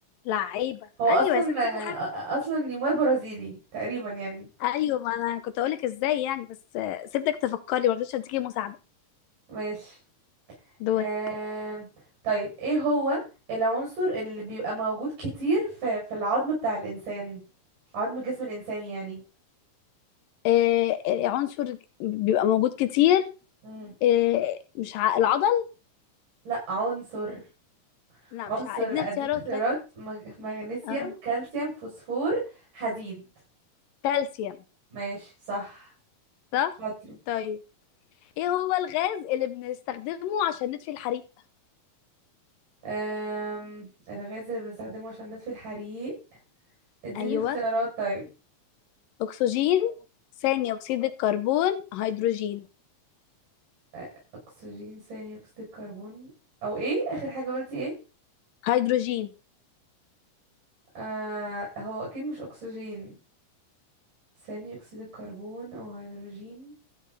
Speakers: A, on the left (about 80°); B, on the right (about 70°).
A: لعيبة
B: هو أصلا
A: ايوه يا ستي في حاجة
B: آه، أصلا نيمار برازيلي تقريبا يعني
A: ايوه ما انا كنت اقولك ازاي يعني بس آه، سيبتك تفكري ما رضيتش اديكي مساعدة
B: ماشي
A: دوري
B: آم، طيب ايه هو العنصر اللي بيبقى موجود كتير في في العظم بتاع الإنسان عظم جسم الإنسان يعني
A: آه آه، عنصر بيبقى موجود كتير
B: مم.
A: آه مش ع... العضل
B: لا عنصر
A: لا
B: عنصر
A: مش ع... اديني
B: اديك
A: اختيارات
B: اختيارات
A: طيب
B: مغ... مغنيسيوم
A: آه.
B: كالسيوم فوسفور حديد
A: كالسيوم
B: ماشي صح
A: صح
B: شاطرة
A: طيب ايه هو الغاز اللي بنستخدمه عشان نطفي الحريق
B: أم... الغاز اللي بنستخدمه عشان نطفي الحريق اديني
A: ايوه
B: اختيارات طيب
A: اكسجين ثاني اكسيد الكربون هيدروجين
B: أ- اكسجين ثاني اكسيد الكربون او ايه اخر حاجة قلتي ايه
A: هيدروجين
B: آه هو اكيد مش اكسجين ثاني اكسيد الكربون او هيدروجين